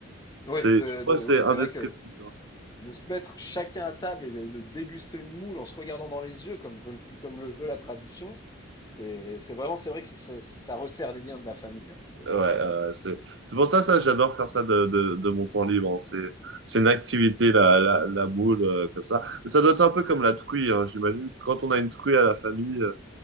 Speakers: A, on the left (about 20°); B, on the right (about 60°).
A: Oui,
B: c'est,
A: de,
B: je crois,
A: de-
B: que c'est
A: oui,
B: indescriptible.
A: c'est vrai que
B: hein.
A: de se mettre chacun à table et de, de déguster une moule en se regardant dans les yeux, comme veut, le- comme le veut la tradition, c'est c'est vraiment, c'est vrai que ça, ça ça resserre les liens de la famille, hein. C'est-
B: Ouais, euh, c'est, c'est pour ça, ça, j'adore faire ça de, de, de mon temps libre. hein. C'est, c'est une activité, la, la, la moule, euh, comme ça. Mais ça doit être un peu comme la truie, hein. J'imagine que quand on a une truie à la famille, euh,